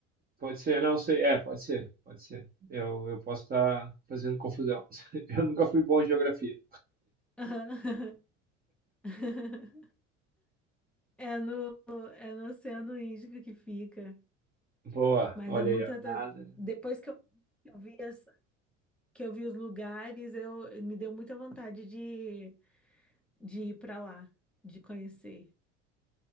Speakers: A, on the right; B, in the centre.
A: Pode ser, não sei. É, pode ser, pode ser. Eu, eu posso estar fazendo confusão. <laughs> Eu nunca fui bom em geografia.
B: Aham. <laughs> É no, é no Oceano Índico que fica.
A: Boa,
B: Mas
A: olha
B: dá muita.
A: aí, ó. Nada.
B: ta- Depois que eu, que eu vi as- que eu vi os lugares, eu me deu muita vontade de, de ir para lá, de conhecer.